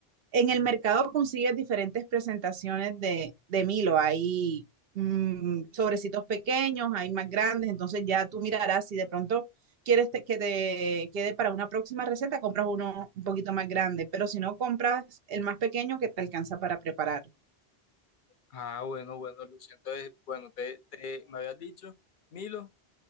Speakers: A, on the right (about 65°); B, on the left (about 60°).
A: En el mercado consigues diferentes presentaciones de, de Milo. Hay mmm, sobrecitos pequeños, hay más grandes, entonces ya tú mirarás si de pronto quieres te- que te quede para una próxima receta, compras uno un poquito más grande, pero si no compras el más pequeño que te alcanza para prepararlo.
B: Ah, bueno, bueno, Lucio. Entonces, bueno, te, te- me habías dicho Milo